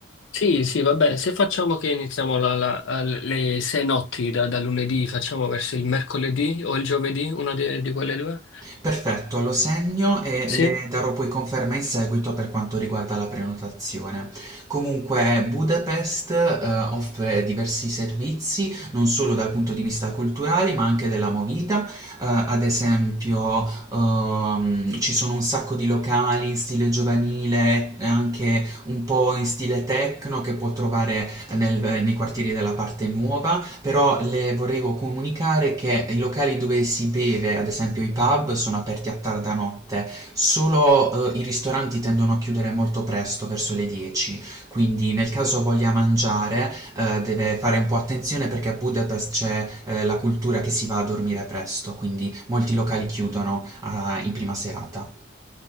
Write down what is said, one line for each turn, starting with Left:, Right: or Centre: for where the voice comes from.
Left: Sì, sì, va bene. Se facciamo che iniziamo la- la- le sei notti da, da lunedì, facciamo verso il mercoledì o il giovedì, una di, di quelle due?
Right: Perfetto, lo segno e
Left: Sì?
Right: le darò poi conferma in seguito per quanto riguarda la prenotazione. Comunque Budapest, eh, offre diversi servizi, non solo dal punto di vista culturale, ma anche della movida. Eh, ad esempio, ehm, ci sono un sacco di locali in stile giovanile, e anche un po' in stile techno che può trovare nel- nei quartieri della parte nuova. Però le volevo comunicare che i locali dove si beve, ad esempio i pub, sono aperti a tarda notte, solo eh, i ristoranti tendono a chiudere molto presto, verso le 10. Quindi nel caso voglia mangiare, eh, deve fare un po' attenzione perché a Budapest c'è eh, la cultura che si va a dormire presto, quindi molti locali chiudono ah, in prima serata.